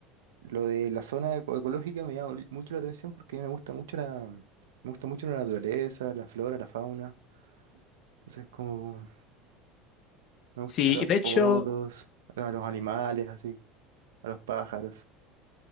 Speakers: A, on the right (about 80°); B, on the left (about 50°).
A: Lo de la zona eco- ecológica me llama mucho la atención porque a mí me gusta mucho la, me gusta mucho la naturaleza, la flora, la fauna. Entonces como me gusta
B: Sí,
A: sacar
B: y de hecho,
A: fotos a los animales, así, a los pájaros.